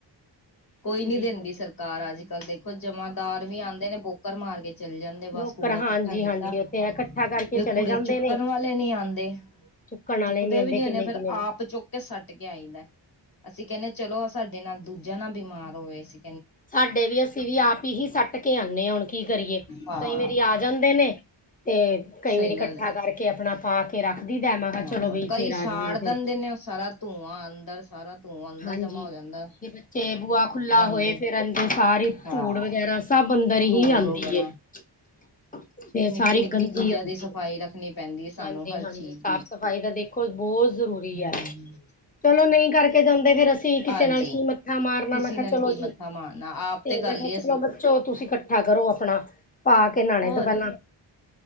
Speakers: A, on the left; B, on the left.
A: <inaudible> '
B: ਹਾਂਜੀ
A: ਕੋਈ ਨੀ ਦਿੰਦੀ
B: ਹਾਂਜੀ
A: ਸਰਕ ਘਰ ਅੱਜ-ਕੱਲ੍ਹ ਦੇਖੋ, ਜਮਾਂਦਾਰ ਵੀ ਆਉਂਦੇ ਨੇ ਬੋਕਰ ਮਾਰ ਕੇ ਚੱਲ ਜਾਂਦੇ ਬਸ
B: ਬੋਕਰ
A: ਕੂੜਾ ਇਕੱਠਾ
B: ਹਾਂਜੀ
A: ਕੀਤਾ,
B: ਹਾਂਜੀ ਉੱਥੇ ਇਕੱਠਾ ਕਰਕੇ
A: ਫਿਰ
B: ਚਲੇ
A: ਕੂੜੇ
B: ਜਾਂਦੇ
A: ਚੁ ਚੁੱਕਣ
B: ਨੇ
A: ਵਾਲੇ ਨੀ ਆਂਦੇ,
B: ਚੁੱਕਣ ਵਾਲੇ
A: ਚੁੱਕਦੇ
B: ਆਉਂਦੇ
A: ਵੀ ਨੀ
B: ਕਿੰਨੇ
A: ਹੁੰਦੇ। ਫਿਰ
B: ਕਿੰਨੇ ਦੇ
A: ਆਪ ਚੁੱਕ ਕੇ ਸੁੱਟ ਕੇ ਆਈਦਾ, ਅਸੀਂ ਕਹਿਣੇ ਚਲੋ ਸਾਡੇ ਨਾਲ ਦੂਜਾ ਨਾ ਬਿਮਾਰ ਹੋਵੇ ਸੀ।
B: ਸਾਡੇ ਵੀ ਅਸੀਂ ਵੀ ਆਪ ਹੀ ਸੁੱਟ ਕੇ ਆਂਣੇ ਹਾਂ, ਹੁਣ ਕੀ ਕਰੀਏ,
A: ਹਾਂ
B: ਕਈ ਵਾਰੀ ਆ ਜਾਂਦੇ ਨੇ। ਤੇ ਕਈ
A: ਸਹੀ
B: ਵਾਰੀ ਇਕੱਠਾ
A: ਗੱਲ ਹੈ
B: ਕਰਕੇ ਆਪਣਾ ਪਾ ਕੇ ਰੱਖਦੀ ਦਾ, ਮੈਂ ਕਿਹਾ ਚਲੋ
A: ਹਾਂ
B: ਬਈ
A: ਕਈ
B: ਫੇਰ ਆ
A: ਸਾੜ
B: ਜਾਣਾ। ਫਿਰ
A: <unintelligible> ਧੂੰਆਂ ਅੰਦਰ ਸਾਰਾ ਧੂੰਆਂ। ਅੰਦਰ
B: ਹਾਂਜੀ,
A: ਜਮਾ ਹੋ ਜਾਂਦਾ
B: ਤੇ ਬੱਚੇ ਬੂਆ ਖੋ ਖੁੱਲਾ
A: ਗੰਦ
B: ਹੋਏ ਫਿਰ ਅੰਦਰ ਸਾਰੀ
A: ਹਾਂ
B: ਧੂੜ ਵਗੈਰਾ ਸਭ ਅੰਦਰ ਹੀ
A: ਧੂੜ
B: ਆਂਦੀ
A: ਵਗੈਰਾ
B: ਐ। <inaudible> ਫਿਰ
A: ਨਿੱਕੀ
B: ਸਾਰੀ
A: ਨਿੱਕੀ
B: ਗੰਦੀ
A: ਚੀਜ਼ਾਂ
B: ਆਉਂਦੀ
A: ਦੀ ਸਫ਼ਾਈ
B: ਹੈ।
A: ਰੱਖਣੀ ਪੈਂਦੀ ਹੈ ਸਾਨੂੰ
B: ਹਾਂਜੀ-ਹਾਂਜੀ,
A: ਹਰ ਚੀਜ਼
B: ਸਾਫ਼
A: ਦੀ
B: ਸਫ਼ਾਈ ਦਾ ਦੇਖ ਖੁਝ ਬਹੁਤ ਜ਼ਰੂਰੀ
A: ਹਮ
B: ਐ, ਚਲੋ ਨਹੀਂ ਕਰਕੇ ਜਾਂਦੇ, ਫਿਰ ਅਸੀਂ ਤੇ
A: ਹਾਂਜੀ
B: ਕਿਸੇ ਨਾਲ ਕੀ ਮੱਥਾ ਮਾਰਨਾ,
A: ਕਿਸੇ
B: ਮੈਂ ਕਿਹਾ
A: ਨਾਲ
B: ਚਲੋ
A: ਕੀ
B: ਜੀ
A: ਮੱਥਾ
B: ਤੇ
A: ਮਾਰਨਾ ਆਪ ਕਰ
B: ਮੈਂ
A: ਲਈਏ
B: ਕਿਹਾ
A: ਅਸੀਂ
B: ਚਲੋ ਚਲੋ, ਤੁਸੀਂ ਇਕੱਠਾ ਕਰੋ, ਆਪਣਾ ਪਾ ਕੇ ਨਾਹਣੇ
A: ਹੋਰ
B: ਤੋਂ ਪਹਿਲਾਂ।